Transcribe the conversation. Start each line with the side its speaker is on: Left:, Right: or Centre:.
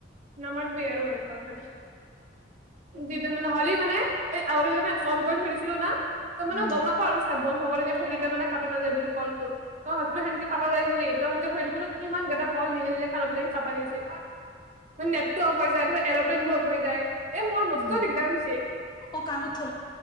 Right: নামাতিবি আৰু আহিব খালে যিদিন নহ'লে মানে এই আগ দু মানে অন কৰি থৈ দিছিলো না তো মানে
Left: উম
Right: গম নাপাওঁ আৰু। বন্ধ কৰি কিনে থৈ দিলে মানে কাটো নাযায় বুলি কলটো অ হেকে কাপ যাই বুলি কে ধৰি কিন্তু সমানকেইটা কল নিজে নিজে কত লাগি কাটা গৈছে নেট টো অফ হৈ যায় ত এৰপ্লেইন মূত হৈ যায় এ মই নষ্ট
Left: উম
Right: দিগদাৰ হৈছে
Left: অ কাণত